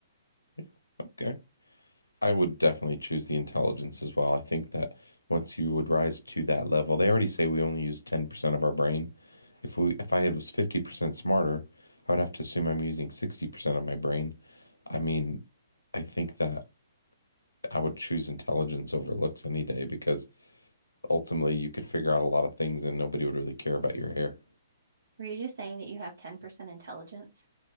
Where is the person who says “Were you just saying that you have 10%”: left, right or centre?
Right